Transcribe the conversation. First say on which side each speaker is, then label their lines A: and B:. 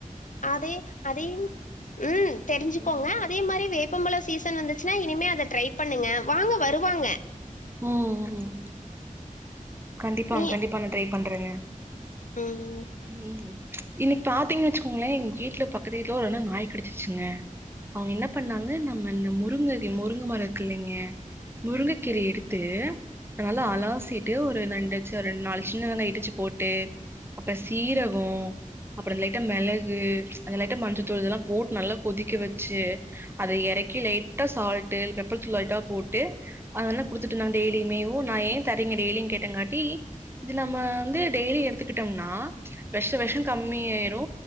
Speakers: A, on the left; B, on the right.
A: அதே அதே உம் தெரிஞ்சுக்கோங்க
B: ம்
A: அதே மாரி வேப் பம்பழ சீசன் வந்துச்சுன்னா இனிமே அதை ட்ரை பண்ணுங்க வாங்க வருவாங்க
B: ம் ம் கண்டிப்பாங்
A: நீ
B: கண்டிப்பா நா ட்ரை பண்றேங்க
A: ம்
B: உம் இன்னிக்கு பாத்தீங்கன் வச்சுக்கோங்களேன் எங்க கேட்டுல பக்கத்து வீட்ல ஒருஅண்ணன் நாய் கடிச்சிருச்சுங்க அவுங்க என்னப் பண்ணாங்க நம்ம இந்த முருங்க முருங்க மரம் இருக்குல்லிங்க முருங்கக்கீரய எடுத்து அத நல்லா அலாசிட்டு ஒரு நண்டுச்சு ஒரு ரெண்டு நாலு சின்ன வெங்காயோ இடிச்சு போட்டு அப்புற சீரகோ அப்புற இந்த லைட்ட மெளகு அந்த லைட்ட மஞ்சத்தூள் இதெல்லா போட்டு நல்லா கொதிக்க வச்சு அத எறக் கி லைட்டா சால்ட்டு பெப்பர் தூளு லைட்டா போட்டு அந்தண்ணாக் குடுத்துட்டுருந்தாங்க டெய்லிமேவு நா ஏன் தரே ங்க டெய்லி கேட்டங்காட்டி இது நம்ம வந்து டெய்லி எடுத்துக்கிட்டு டம்னா வெஷ வெஷம் கம்மியாயிரு